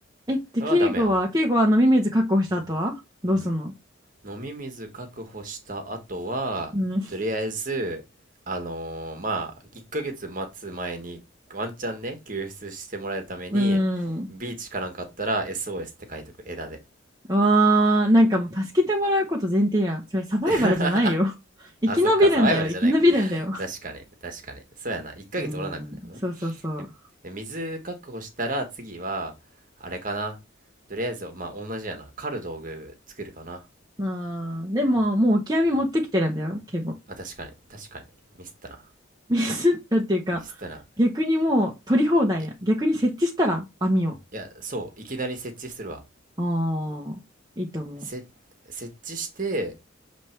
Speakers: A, on the right (about 20°); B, on the right (about 40°).
A: えで敬語は敬語は飲み水確保した後はどうすんの
B: それはダメやな。飲み水確保した後は、
A: うん
B: とりあえず、あのーまあ、1ヶ月待つ前に、ワンチャンね、救出してもらえるために、
A: うん
B: ビーチかなんかあったら SOS って書いとく、枝で。
A: わーなんかもう助けてもらうこと前提やんそれサバイバルじゃないよ
B: <laughs>
A: <laughs> 生き延びるんだよ生き延びるんだよ
B: あ、そっか、サバイバルじゃないか。確かに、確かに。そうやな。1ヶ月おらなあかんやよな。
A: うんそうそうそう
B: で、で水確保したら次は、あれかな。とりあえず、まあ、同じやな。狩る道具作るかな。
A: まあーでももうオキアミ持ってきてるんだよ敬語
B: まあ、確かに、確かに。ミスったな。
A: ミスったっていうか、
B: ミスったな。
A: 逆にもう取り放題や。
B: え、
A: 逆に設置したら網を。
B: いや、そう、いきなり設置するわ。
A: ああ、いいと思
B: せ、設置して、